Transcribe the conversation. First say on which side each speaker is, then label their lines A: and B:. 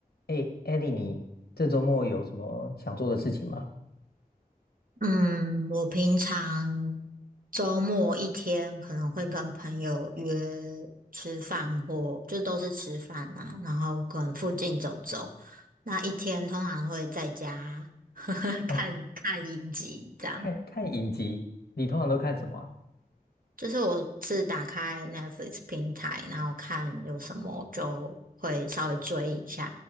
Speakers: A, on the left; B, on the right.
A: 哎，艾莉，你这周末有什么想做的事情吗？
B: 嗯，我平常周末一天可能会跟朋友约吃饭或，就都是吃饭啊，然后可能附近走走。那一天通常会在家 <laughs>
A: 啊，
B: 看看影集，这样。
A: 看看影集，你通常都看什么啊
B: 就是我是打开 Netflix 平台，然后看有什么就会稍微追一下。